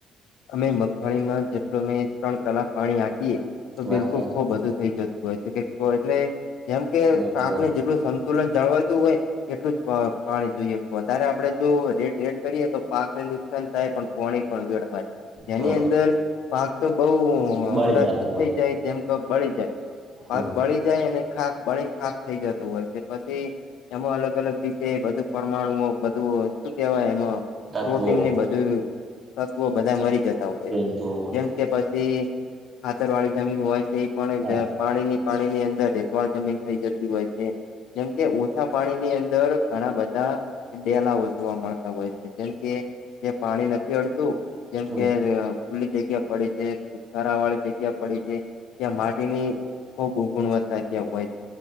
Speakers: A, on the left; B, on the right.
A: અમે મગફળીમાં જેટલો ત્રણ. કલાક પાણી આપીએ તો
B: વાત
A: બિલકુલ
B: સાચી
A: ખૂબ બધું થઈ જતું હોય છે. કે એટલે જેમ કે
B: બરોબર
A: પાકને જેટલું સંતુલન જાળવાતું હોય એટલું જ. પાણી જોઈએ વધારે આપડે જો રેડ રેડ કરીએ તો પાકને નુકસાન થાય પણ પાણી પણ વેડફાય. એની
B: હા
A: અંદર પાક તો બઉુ
B: બળી
A: ઉલાસ
B: જતું હોય
A: થઈ જાય જેમ કે બળી જાય.
B: હમ
A: પાક બળી જાય અને ખાક બળ ખાક થઈ જતું હોય છે પછી. એમાં અલગ અલગ રીતે બધું પરમાણુ બધું શું કેવાય એમાં.
B: તત્વો
A: પ્રોટીનની બધું તત્વો બધા મરી જતા હોય છે.
B: તો
A: જેમ કે પછી ખાતર વાળી જમીન હોય છે ઈ પણ એ
B: હા
A: જ પાણી ની પાણી ની અંદર રેતવાડ જમીન થઈ જતી હોય છે જેમકે ઓછા પાણી ની અંદર ઘણા બધા. ડેલાઓ જોવા મળતા હોય છે. જેમ કે જે પાણી નથી અડતું. જેમ
B: હમ
A: કે ખુલ્લી જગ્યા. પડી છારા વાળી જગ્યા પડી છે. ત્યાં માટીની. ખૂબ ખૂબ ગુણવત્તા ત્યાં હોય